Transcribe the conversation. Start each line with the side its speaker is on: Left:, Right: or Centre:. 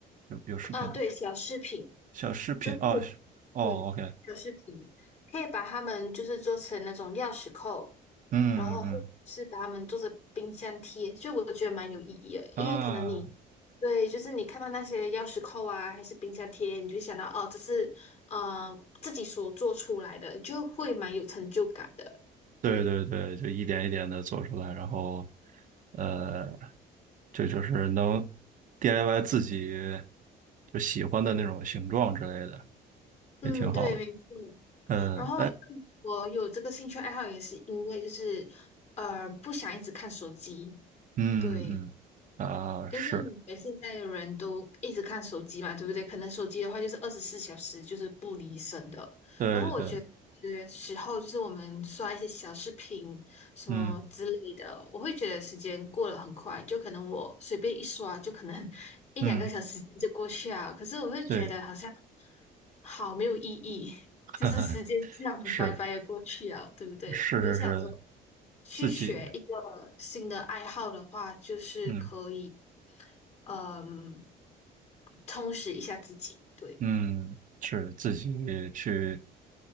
Right: 有有视频的
Left: <laughs> 啊，对，小饰品
Right: 小视频哦是哦，OK，
Left: 就可以，嗯，小饰品可以把它们就是做成那种钥匙扣，
Right: 嗯嗯
Left: 然后或是把它们做成冰箱贴，就我觉得蛮有意义的，
Right: 嗯啊，
Left: 因为可能你。对，就是你看到那些钥匙扣啊，还是冰箱贴，你就想到哦，这是呃自己所做出来的，就会蛮有成就感的。
Right: 对对对，
Left: 对，
Right: 就一点一点的做出来，然后呃，就就是能 DIY 自己就喜欢的那种形状之类的，
Left: 嗯，
Right: 也挺好的。
Left: 对，没错。
Right: 嗯，
Left: 然后
Right: 哎，
Left: 我有这个兴趣爱好，也是因为就是呃不想一直看手机，
Right: 嗯嗯
Left: 对，
Right: 啊，
Left: 因为你们现在的人都一直看手机嘛，
Right: 是，
Left: 对不对？可能手机的话就是二十四小时就是不离身的。
Right: 对对，
Left: 然后我觉得有些时候就是我们刷一些小视频什么之类的，
Right: 嗯
Left: 我会觉得时间过得很快，就可能我随便一刷就可能 <laughs> 一两个小时就过去啊。
Right: 嗯，
Left: 可是我会觉得好像
Right: 对，
Left: 好没有意义，<laughs>
Right: <laughs>
Left: 就是时间这样白白的过去啊，
Right: 是
Left: 对不对？
Right: 是是是，
Left: 我就想说，去学一个新的爱好的话，
Right: 自己。
Left: 就是可以。
Right: 嗯。
Left: 嗯，充实一下自己。对，
Right: 嗯，是自己去